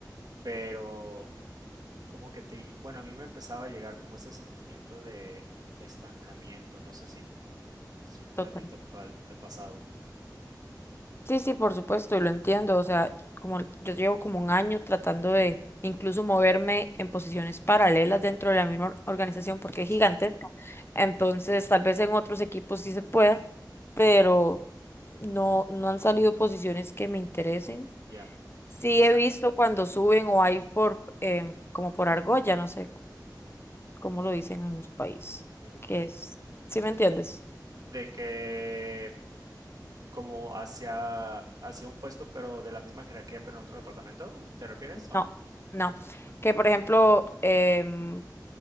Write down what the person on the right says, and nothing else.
pero como que te, bueno, a mí me empezaba a llegar como ese sentimiento de estancamiento, no sé si, si
a ti te ha, pa- te ha pasado.
Sí,
ya.
Sa-
ujú.
De que como hacia, hacia un puesto, pero de la misma jerarquía, pero en otro departamento, ¿te refieres o
no?